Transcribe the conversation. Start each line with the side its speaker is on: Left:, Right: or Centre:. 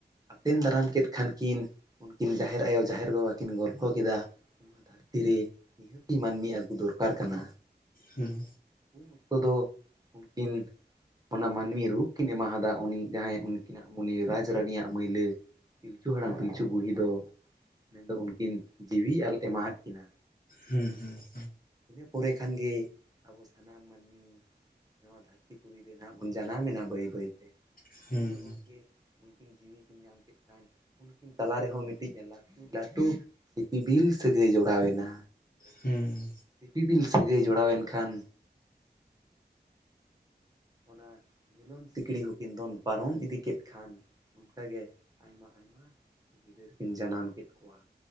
Right: ᱟᱛᱮᱱ ᱫᱟᱨᱟᱢ ᱠᱮᱫ ᱠᱷᱟᱱ ᱠᱤᱱ ᱩᱱᱠᱤᱱ ᱡᱟᱦᱮᱨ ᱟᱭᱳ ᱡᱟᱦᱮᱨ ᱵᱟᱵᱟ ᱠᱤᱱ ᱜᱚᱞᱯᱷᱚ ᱠᱮᱫᱟ, ᱱᱚᱣᱟ ᱫᱷᱟᱹᱨᱛᱤ ᱨᱮ ᱱᱤᱦᱟᱹᱛᱤ ᱢᱟᱹᱱᱢᱤ ᱟᱹᱜᱩ ᱫᱚᱨᱠᱟᱨ ᱠᱟᱱᱟ᱾
Left: ᱦᱩᱸ᱾
Right: ᱩᱱ ᱚᱠᱛᱚ ᱫᱚ ᱩᱱᱠᱤᱱ ᱚᱱᱟ ᱢᱟᱹᱱᱢᱤ ᱨᱩᱯ ᱠᱤᱱ ᱮᱢᱟ ᱦᱟᱫᱟ ᱩᱱᱤ ᱡᱟᱦᱟᱸᱭ ᱩᱱᱠᱤᱱᱟᱜ ᱩᱱᱤ ᱨᱟᱡᱽ ᱨᱟᱱᱤᱭᱟᱜ ᱢᱟᱹᱭᱞᱟᱹ, ᱯᱤᱞᱪᱩ ᱦᱟᱲᱟᱢ ᱯᱤᱞᱪᱩ ᱵᱩᱲᱦᱤ ᱫᱚ ᱢᱮᱱᱫᱚ ᱩᱱᱠᱤᱱ ᱡᱤᱣᱤ ᱟᱞ ᱮᱢᱟ ᱟᱫ ᱠᱤᱱᱟ᱾
Left: ᱦᱩᱸ ᱦᱩᱸ ᱦᱩᱸ᱾
Right: ᱤᱱᱟᱹ ᱯᱚᱨᱮ ᱠᱷᱟᱱ ᱜᱮ ᱟᱵᱚ ᱥᱟᱱᱟᱢ ᱢᱟᱹᱱᱢᱤ ᱱᱚᱣᱟ ᱫᱷᱟᱹᱨᱛᱤ ᱯᱩᱨᱤ ᱨᱮ ᱱᱟᱦᱟᱜ ᱵᱚᱱ ᱡᱟᱱᱟᱢᱮᱱᱟ ᱵᱟᱹᱭ ᱵᱟᱹᱭ ᱛᱮ
Left: ᱦᱩᱸ
Right: ᱢᱮᱱᱫᱚ ᱜᱚᱝᱠᱮ ᱩᱱ ᱠᱤᱱ ᱡᱤᱣᱤ ᱠᱤᱱ ᱧᱟᱢ ᱠᱮᱫ ᱠᱷᱟᱱ ᱩᱱᱠᱤᱱ ᱛᱟᱞᱟ ᱨᱮᱦᱚᱸ ᱢᱤᱫᱴᱤᱡ ᱞᱟᱹᱴᱩ ᱞᱟᱹᱴᱩ ᱥᱤᱯᱤᱵᱤᱞ ᱥᱟᱹᱜᱟᱹᱭ ᱡᱚᱲᱟᱣᱮᱱᱟ᱾
Left: ᱦᱩᱸ᱾
Right: ᱥᱤᱤᱯᱤᱵᱤᱞ ᱥᱟᱹᱜᱟᱹᱭ ᱡᱚᱲᱟᱣᱮᱱ ᱠᱷᱟᱱ, ᱚᱱᱟ ᱢᱤᱞᱚᱱ ᱥᱤᱠᱲᱤ ᱦᱚᱸ ᱠᱤᱱ ᱫᱚᱱ ᱯᱟᱨᱚᱢ ᱤᱫᱤ ᱠᱮᱫ ᱠᱷᱟᱱ ᱚᱱᱠᱟ ᱜᱮ ᱟᱭᱢᱟ ᱟᱭᱢᱟ ᱜᱤᱫᱟᱹᱨ ᱠᱤᱱ ᱡᱟᱱᱟᱢ ᱠᱮᱫ ᱠᱚᱣᱟ᱾